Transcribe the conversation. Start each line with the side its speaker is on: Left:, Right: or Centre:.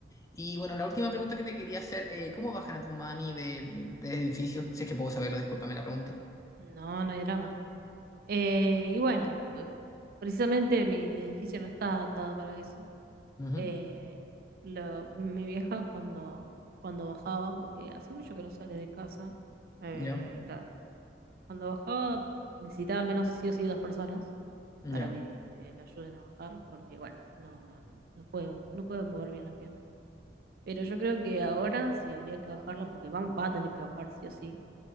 Left: Y bueno, la última pregunta que te quería hacer, eh, ¿cómo bajan a tu mami del, del edificio? Si es que puedo saberlo, discúlpame la pregunta.
Right: No, no hay drama. Eh, y bueno, por- precisamente mi edificio no está adaptado para eso.
Left: Ujú,
Right: Eh, lo- mi vieja cuando, cuando bajaba, porque hace mucho que no sale de casa, eh,
Left: Ya,
Right: la- cuando bajaba necesitaba al menos sí o sí dos personas
Left: ya.
Right: para que eh, la ayuden a bajar, porque bueno, no, no, no, no puedo, no puedo mover bien las piernas. Pero yo creo que ahora sí habría que bajarla porque va, va a tener que bajar sí o sí